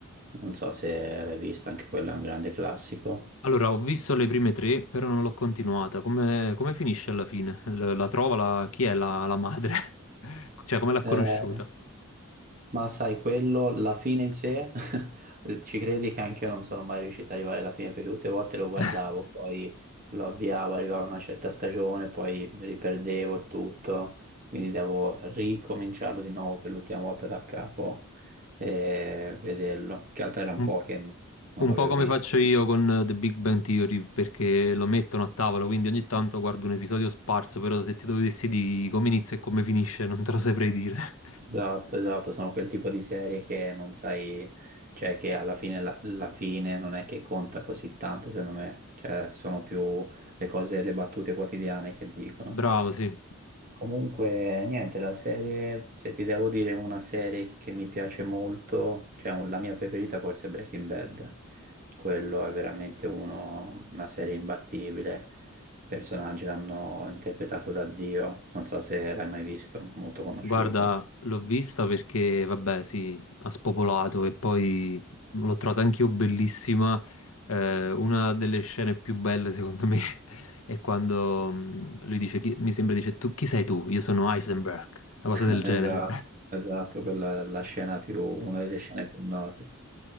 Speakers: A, on the right; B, on the left.
A: Non so se l'hai vista, anche quello è un grande classico.
B: Allora, ho visto le prime tre, però non l'ho continuata. Come, come finisce alla fine? L- La, trova, la- chi è la, la madre? <laughs> Cioè, come l'ha
A: Eh,
B: conosciuta?
A: Ma sai, quello, la fine in sé, <laughs> ci credi che anche io non sono mai riuscito ad arrivare alla fine perché tutte le volte lo guardavo,
B: <laughs>
A: poi lo avviavo, arrivava una certa stagione, poi mi riperdevo e tutto, quindi devo ricominciarlo di nuovo per l'ultima volta da capo e vederlo. Che altro era un
B: Un,
A: po' che non
B: un
A: l'avevo
B: po' come
A: visto.
B: faccio io con eh, The Big Bang Theory, perché lo mettono a tavola, quindi ogni tanto guardo un episodio sparso, però se ti dovessi dire come inizia e come finisce non te lo saprei dire.
A: Esatto, esatto, sono quel tipo di serie che non sai, cioè che alla fine, la, la fine non è che conta così tanto, secondo me, cioè sono più le cose, le battute quotidiane che dicono.
B: <laughs> Bravo, sì.
A: Comunque, niente, la serie, se ti devo dire una serie che mi piace molto, cioè un- la mia preferita forse è Breaking Bad, quello è veramente uno, una serie imbattibile, i personaggi l'hanno interpretato da Dio, non so se l'hai mai visto, molto conosciuta.
B: Guarda, l'ho vista perché, vabbè, sì, ha spopolato e poi l'ho trovata anch'io bellissima. Eh, una delle scene più belle, secondo me, <laughs> è quando mm, lui dice, chi- mi sembra dice, tu, chi sei tu? Io sono Heisenberg, una
A: Esatto,
B: cosa del genere.
A: esatto, quella è la scena più, una delle scene più note.